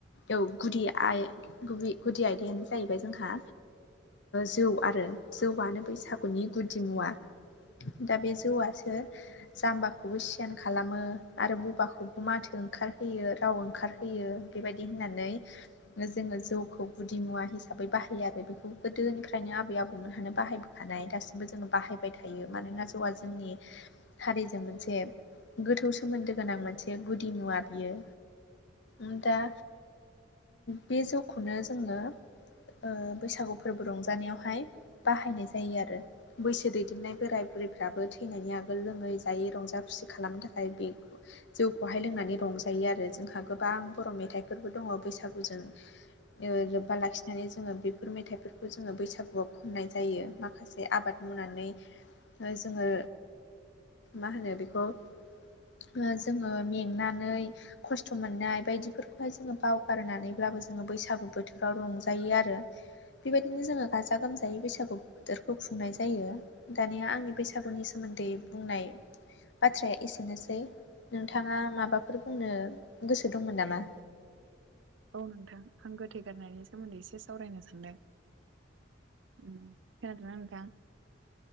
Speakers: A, on the left; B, on the right.
A: ओ गुदि आइ गुब गुदि आयदायानो जाहैबाय जोंहा जौ आरो जौआनो बैसागुनि गुदि मुवा दा बे जौआसो जाम्बाखौबो सियान खालामो आरो बबाखौबो माथो ओंखार होयो राव ओंखारहोयो बेबायदि होननानै जोङो जौखौ गुदि मुवा हिसाबै बाहायो आरो बेखौ गोदोनिफ्रायनो आबै आबौमोनहानो बाहायबोखानाय दासिमबो जोङो बाहाय <unintelligible> थायो मानोना जौआ जोंनि हारिजों मोनसे गोथौ सोमोन्दो गोनां मोनसे गुदि मुवा। बियो उम दा बे जौखौनो जोङो ओ बैसागु फोरबो रंजानायावहाय बाहायनाय जायो आरो बैसो दैदेननाय बोराय बुरैफ्राबो थैनायनि आगोल लोङै जायै रंजा खुसि खालामनो थाखाय बे जौखौहाय लोंनानै रंजायो आरो जोंहा गोबां बर' मेथाइफोरबो दङ बैसागुजों ओ लोब्बा लाखिनानै जोङो बेफोर मेथाइफोरखौ जोङो बैसागुआव खननाय जायो माखासे आबाद मावनानै ओ जोङो मा होनो बेखौ ओ जोङो मेंनानै खस्थ' मोननाय बायदिफोरखौहाय जोङो बावगारनानैब्लाबो जोङो बैसागु बोथोराव रंजायो आरो। बेबायदिनो जोङो गाजा गोमजायै बैसागु बोथोरखौ खुंनाय जायो। दानिया आंनि बैसागुनि सोमोन्दै बुंनाय बाथ्राया एसेनोसै। नोंथाङा माबाफोर बुंनो गोसो दंमोन नामा?
B: औ नोंथां आं गोथै गारनायनि सोमोन्दै एसे सावरायनो सानदों। उम खोनादों ना नोंथां?